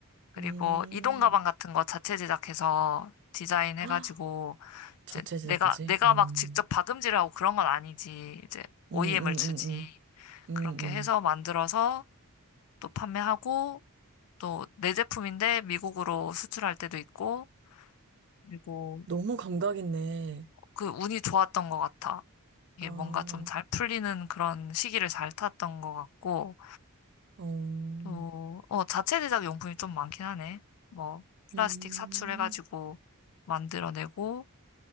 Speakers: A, on the left; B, on the right.
A: 그리고
B: 음,
A: 이동 가방 같은 거 자체 제작해서 디자인해가지고,
B: <gasps> 헉, 자체
A: 이제
B: 제작까지?
A: 내가, 내가
B: 음,
A: 막 직접 박음질을 하고 그런 건 아니지. 이제 OEM을
B: 음, 음,
A: 주지.
B: 음, 음, 음,
A: 그렇게
B: 음.
A: 해서 만들어서 또 판매하고 또 내 제품인데 미국으로 수출할 때도 있고 그리고
B: 너무 감각 있네.
A: 그 운이 좋았던 것 같아. 이게
B: 아, 어,
A: 뭔가 좀 잘 풀리는 그런 시기를 잘 탔던 것 같고
B: 음,
A: 또 어, 자체 제작 용품이 좀 많긴 하네. 뭐 플라스틱
B: 음.
A: 사출해가지고 만들어내고